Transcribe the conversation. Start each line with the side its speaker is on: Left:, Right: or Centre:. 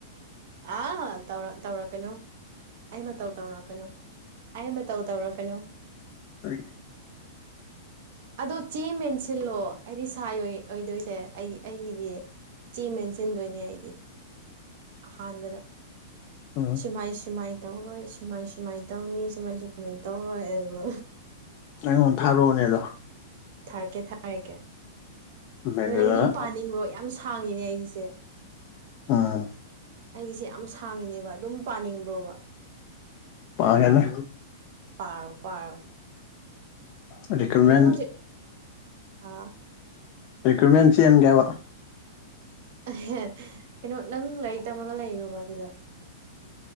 Right: ꯑ ꯇꯧ ꯇꯧꯔꯛꯀꯅꯨ ꯑꯩ ꯃꯇꯧ ꯇꯧꯔꯛꯀꯅꯨ ꯑꯩ ꯃ ꯇꯧ ꯇꯧꯔꯛꯀꯅꯨ
Left: <inaudible>
Right: ꯑꯗꯣ ꯆꯦꯡ ꯃꯦꯟꯁꯤꯜꯂꯣ ꯑꯩꯗꯤ ꯁꯥꯏ ꯑꯣꯏꯗꯣꯏꯁꯦ ꯑꯩꯒꯤ ꯑꯩꯒꯤꯗꯤ ꯆꯦ ꯃꯦꯟꯁꯤꯟꯗꯣꯏꯅꯦ ꯑꯩꯗꯤ ꯑꯍꯥꯟꯕꯗ
Left: ꯎꯝ
Right: ꯁꯨꯃꯥꯏ ꯁꯨꯃꯥꯏꯅ ꯇꯧꯔꯣꯏ ꯁꯨꯃꯥꯏ ꯁꯨꯃꯥꯏ ꯇꯧꯅꯤ ꯁꯨꯃꯥꯏ ꯁꯨꯃꯥꯏꯅ ꯇꯧꯔꯣꯏ ꯑꯗꯨꯕꯨ
Left: ꯑꯩꯉꯣꯟꯗ ꯊꯥꯔꯛꯑꯣꯅꯦ ꯑꯗꯣ
Right: ꯊꯥꯔꯛꯀꯦ ꯊꯥꯔꯛꯀꯦ
Left: ꯃꯦꯅꯦꯖꯔ
Right: ꯑꯗꯣ ꯅꯪ ꯑꯗꯨꯝ ꯄꯥꯅꯤꯡꯕ꯭ꯔꯣ ꯌꯥꯝ ꯁꯥꯡꯉꯤꯅꯦ ꯑꯩꯒꯤꯁꯦ
Left: ꯑꯝ
Right: ꯑꯩꯁꯦ ꯌꯥꯝ ꯁꯥꯡꯉꯤꯅꯦꯕ ꯑꯗꯨꯝ ꯄꯥꯅꯤꯡꯕ꯭ꯔꯣꯕ
Left: ꯄꯥꯒꯦꯅꯦ
Right: ꯄꯥꯔꯣ ꯄꯥꯔꯣ
Left: ꯎꯝ ꯔꯤꯀꯃꯦꯟ
Right: ꯅꯪ ꯍꯧꯖꯤꯛ ꯍꯥ
Left: ꯔꯤꯀ꯭ꯔꯨꯠꯃꯦꯟ ꯆꯦꯟꯒꯦꯕ
Right: ꯑꯍꯦ ꯀꯩꯅꯣ ꯅꯪ ꯂꯥꯏꯔꯤꯛ ꯇꯝꯃꯒ ꯂꯩꯔꯣꯕ ꯑꯗꯨꯗ